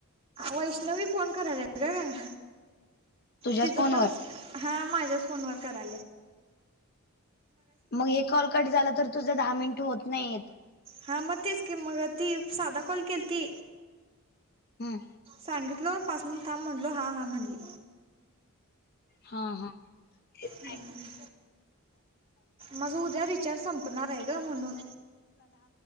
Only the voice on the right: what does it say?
वैष्णवी फोन करायला का ग
तिच
पण हा माझ्या फोनवर करा
हा मग तेच की मग ती साधा कॉल केली ती
सांगितलो पाच मिनिट थांबा ब म्हणलो हा हा म्हणले
हम्म
माझा उद्या रिचार्ज संपणार आहे ग म्हणून